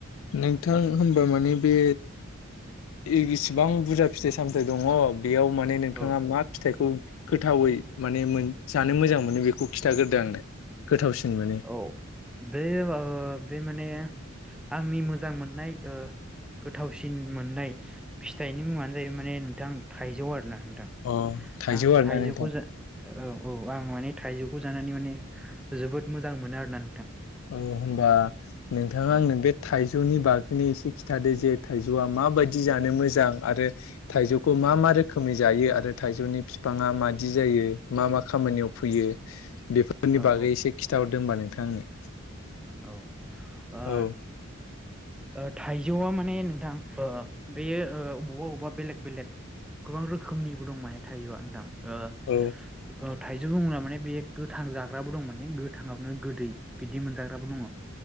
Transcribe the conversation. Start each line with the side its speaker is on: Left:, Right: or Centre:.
Left: नोंथां होमबा माने बे इगिस बिबां बुरजा फिथाइ सामथाइ दङ। बेयाव माने
Centre: औ
Left: नोंथाङा मा फिथाइखौ गोथावै माने मोन जानो मोजां मोनो। बेखौ खिन्थाग्रोदो आंनो? गोथावसिन मोनो
Centre: औ दे ओ बे माने आंनि मोजां मोननाय ओ गोथावसिन मोननाय फिथाइनि मुङानो जाहैबाय माने नोंथां थाइजौ आरोना। नोंथां
Left: अ थाइजौ
Centre: आं
Left: आरोना
Centre: थाइजौखौ
Left: नोंथां
Centre: जा औ औ आं माने थाइजौखौ जानानै माने जोबोद मोजां मोनो आरोना नोंथां।
Left: औ होमबा नोंथाङा
Centre: औ
Left: आंनो बे थाइजौनि बागैनो एसे खि थादो जे थायजौआ मााबायदि जानो मोजां आरो थायजौखौ मा मा रोखोमै जायो? आरो था थाइजौनि बिफाङा मादि जायो मा मा खामानियाव फैयो? बेफोरनि
Centre: औ
Left: बागै
Centre: औ
Left: एसे खिन्थाहरदों होनबा नोंथां आंनो।
Centre: औ आद
Left: औ
Centre: ओ थाइजौआ माने नोंथां ओ बेयो ओ बबावबा अबेबा बेलेग बेलेग गोबां रोखोमनिबो दं माने थाइजौआ नोंथां। ओ
Left: औ
Centre: ओ थाइजौ बुङोब्ला माने बे गोथां जाग्राबो दं माने गोथाङावनो गोदै बिदि मोनजा दङ